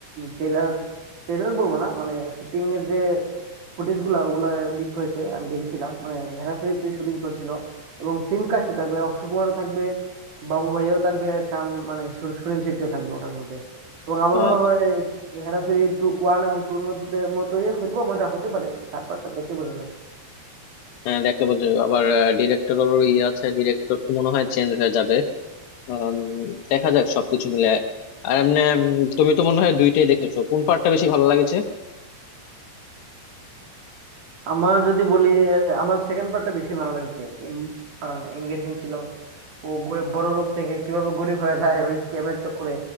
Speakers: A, on the right; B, on the left.
A: ট্রেলার ট্রেলার বলবো না মানে শুটিং এর যে ফুটেজ গুলা ওগুলা লিক হয়েছে আমি দেখেছিলাম মানে হেরাফেরিতে শুটিং চলছিল এবং সিম কাস্টে থাকবে অক্ষয় কুমারও থাকবে বাবু ভাইয়াও থাকবে আর শ্যাম মানে সু- সুনীল শেট্টিও থাকবে ওটার মধ্যে এবং আমার
B: আহ,
A: মনে হয় হেরাফেরি টু ওয়ান এবং টুর মধ্যে মতোই হয়তো বা মজা হতে পারে থার্ড পার্টটা দেখে বোঝা যাবে
B: হ্যাঁ দেখতে বলছো আবার ডিরেক্টরও ই আছে ডিরেক্টর তো মনে হয় চেঞ্জ হয়ে যাবে আম, দেখা যাক সবকিছু মিলে আর এমনি তুমি তো মনে হয় দুইটাই দেখেছো কোন পার্টটা বেশি ভালো লাগেছে
A: আমার যদি বলি আহ, আমার সেকেন্ড পার্টটা বেশি ভালো লেগেছে এম- কারণ এঙ্গেজিং ছিল ও গরিব বড় লোক থেকে কিভাবে গরিব হয়ে যায় ওই স্ক্যামের চক্করে